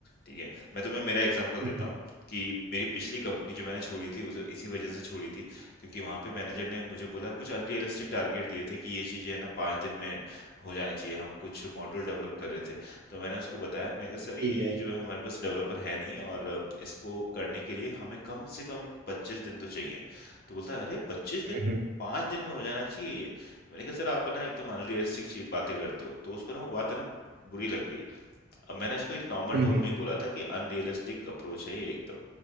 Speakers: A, on the left; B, on the right.
A: ठीक है मैं तुम्हें मेरा एग्जांपल देता
B: हम्म हम्म,
A: हूँ कि मेरी पिछली कंपनी जो मैंने छोड़ी थी उसे इसी वजह से छोड़ी थी क्योंकि वहां पे मैनेजर ने मुझे बोला कुछ अनरियलिस्टिक टारगेट दिए थे कि ये चीजें है ना पाँच दिन में हो जानी चाहिए हम कुछ मॉडल डेवलप कर रहे थे तो मैंने उसको बताया मैं कहा सर ये
B: ठीक है
A: जो है हमारे पास डेवलपर है नहीं और अ, इसको करने के लिए हमें कम से कम पच्चीस दिन तो चाहिए तो बोलता है अरे पच्चीस दिन
B: हम्म हम्म
A: पाँच दिन में हो जाना चाहिए ये तो मैंने कहा सर आप ना एकदम अनरियलिस्टिक बातें करते हो तो उसको ना वो बात है ना बुरी लग गई। अब मैंने उसको एक नॉर्मल
B: हम्म,
A: टोन
B: हम्म,
A: में ही बोला था कि अनरियलिस्टिक अप्रोच है ये एकदम।